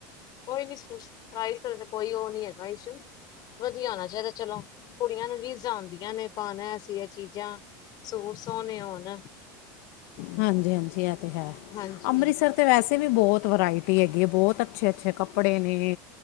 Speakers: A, on the left; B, on the left.
A: ਕੋਈ ਨੀ ਪ੍ਰਾਈਜ਼ ਕੋਈ ਉਹ ਨਹੀਂ ਹੈ ਪ੍ਰਾਈਜ ਇਸ਼ੂ ਵਧੀਆ ਹੋਣਾ ਚਾਹੀਦਾ ਚਲੋ ਕੁੜੀਆਂ ਨੂੰ ਰੀਝਾਂ ਹੁੰਦੀਆ ਨੇ ਪਾਣਾ ਅਸੀ ਇਹ ਚੀਜ਼ਾਂ ਸੂਟ ਸੋਣੇ ਹੋਨ
B: ਹਾਂਜੀ ਹਾਂਜੀ ਇਹ ਤੇ ਹੈ
A: ਹਾਂਜੀ
B: ਅੰਮ੍ਰਿਤਸਰ ਵੈਸੇ ਵੀ ਬਹੁਤ ਵਰਾਇਟੀ ਹੈਗੀ ਹੈ ਬਹੁਤ ਅੱਛੇ ਅੱਛੇ ਕੱਪੜੇ ਨੇ